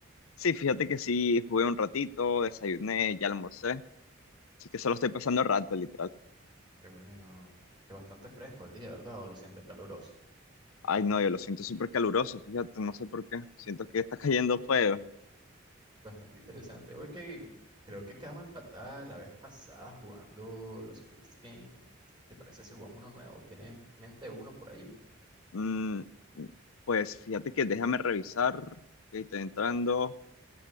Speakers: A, on the left (about 85°); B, on the right (about 20°).
A: Sí, fíjate que sí, jugué un ratito, desayuné, ya almorcé, así que solo estoy pasando el rato, literal.
B: Qué bueno, que bastante fresco el día, ¿verdad? ¿O lo sientes caluroso?
A: Ay, no, yo lo siento súper caluroso, fíjate, no sé por qué, siento que está <laughs> cayendo fuego.
B: Bastante interesante. Oye, Kevin, creo que quedamos empatadas la vez pasada jugando los Quiz Game. ¿Te parece si jugamos uno nuevo? ¿Tienes en mente uno por ahí?
A: Mm, pues fíjate que déjame revisar, que estoy entrando.